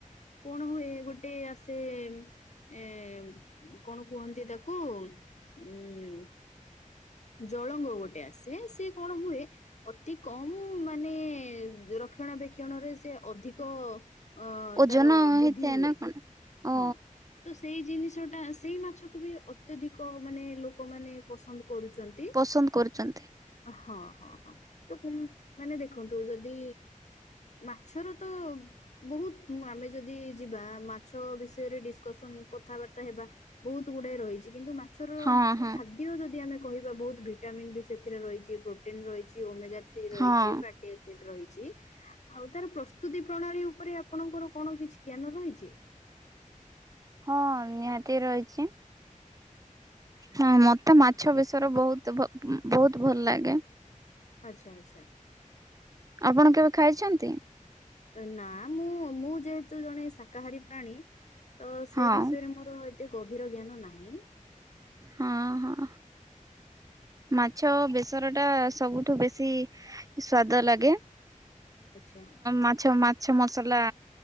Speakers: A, on the left; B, on the right.
A: କଣ ହୁଏ ଗୋଟେ ଆସ୍ ସେ ଉଁ ଏଁ କଣ କୁହନ୍ତି ତାକୁ ଉଁ ଜଳଙ୍ଗ ଗୋଟେ ଆସେ ସେ କଣ ହୁଏ ଅତି କମ୍ ମାନେ ରକ୍ଷଣାବେକ୍ଷଣରେ ସେ ଅଧିକ ଅଁ
B: ଓଜନ
A: ତାର ବୃଦ୍ଧି
B: ହେଇଥାଏ
A: ହୁଏ
B: ନା କଣ? ଓ
A: ହଁ। ତ ସେଇ ଜିନିଷଟା ସେଇ ମାଛକୁ ବି ଅତ୍ୟଧିକ ମାନେ ଲୋକମାନେ ପସନ୍ଦ କରୁଚନ୍
B: ପସନ୍ଦ କରୁଛନ୍ତି
A: ହଁ ହଁ ହଁ ତ <unintelligible> ମାନେ ଦେଖନ୍ତୁ ଯଦି ମାଛର ତ ବହୁତ ଆମେ ଯଦି ଯିବା ମାଛ ବିଷୟରେ ଡିସକସନ କଥାବାର୍ତ୍ତା ହେବା ବହୁତ ଗୁଡାଏ ରହିଛି କିନ୍ତୁ ମାଛର
B: ହଁ ହଁ
A: ଖାଦ୍ୟ ଯଦି ଯଦି ଆମେ କହିବା ବହୁତ ଭିଟାମିନ୍ ବି ସେଥିରେ ରହିଛି ପ୍ରୋଟିନ୍ ରହିଛି ଓମେଗା ଥ୍ରୀ ରହିଛି
B: ହଁ।
A: ଫା ରହି ଆଉ ତାର ପ୍ରସ୍ତୁତି ପ୍ରଣାଳୀ ଉପରେ ଆ ଆପଣଙ୍କର କଣ କିଛି ଜ୍ଞାନ ରହିଛି।
B: ହଁ ନିହାତି ରହିଛି ହଁ ମ ତ ମାଛ
A: ଆଚ୍ଛା
B: ବେଶର ବହୁତ ଭ ବହୁତ ଭଲ ଲାଗେ।
A: ଆଚ୍ଛା ଆଚ୍ଛା।
B: ଆପଣ କେବେ ଖାଇଛନ୍ତି?
A: ନା ମୁଁ ମୁଁ ଯେହେତୁ ଜଣେ ଶାକାହାରୀ ପ୍ରାଣୀ ତ ସେ
B: ହଁ
A: ବିଷୟରେ ମୋର ଏ ଏତେ ଗଭୀର ଜ୍ଞାନ ନାହିଁ।
B: ହଁ ହଁ। ମାଛ ବେସର ଟା ସବୁଠୁ ବେଶୀ ସ୍ଵାଦ ଲାଗେ।
A: ଆଚ୍ଛା
B: ମାଛ ମାଛ ମସଲା